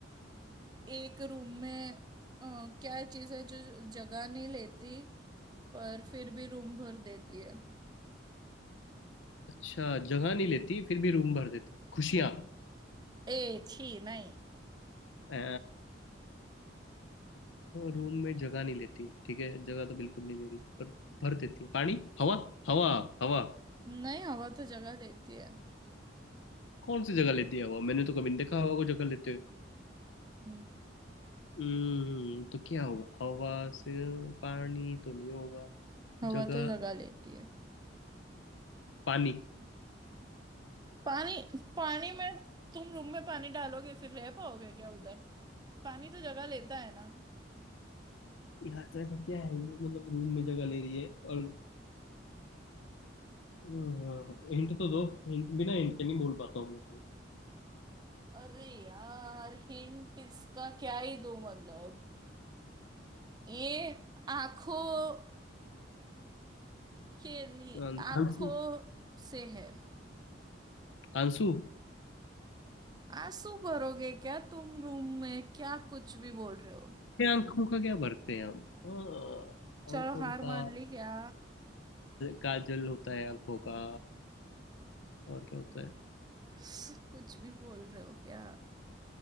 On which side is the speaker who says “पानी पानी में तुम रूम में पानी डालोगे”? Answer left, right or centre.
Right